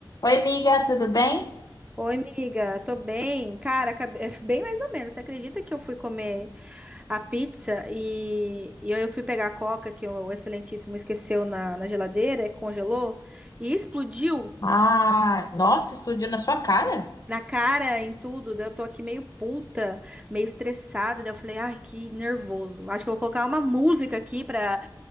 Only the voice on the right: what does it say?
Oi, amiga, tô bem. Cara, acabe- <laughs> bem mais ou menos. Você acredita que eu fui comer a pizza e, e eu fui pegar a coca que o Excelentíssimo esqueceu na, na geladeira, congelou e explodiu
na cara, em tudo. Daí eu tô aqui meio puta, meio estressada. Daí eu falei, ai, que nervoso. Acho que eu vou colocar uma música aqui pra